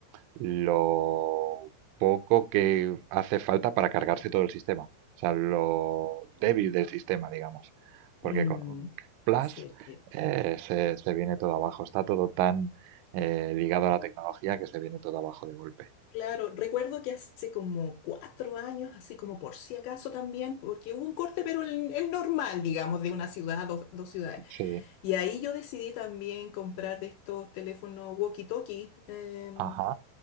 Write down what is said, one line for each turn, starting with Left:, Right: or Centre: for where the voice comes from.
Right: lo poco que hace falta para cargarse todo el sistema, o sea, lo débil del sistema, digamos, porque
Left: mm,
Right: con un plus
Left: sí.
Right: eh, se, se viene todo abajo, está todo tan eh, ligado a la tecnología que se viene todo abajo de golpe.
Left: Claro, recuerdo que hace como cuatro años, así como por si acaso también, porque hubo un corte, pero el, el normal, digamos, de una ciudad, dos, dos ciudades.
Right: Sí,
Left: Y ahí yo decidí también comprar de estos teléfonos walkie-talkie, em,
Right: ajá,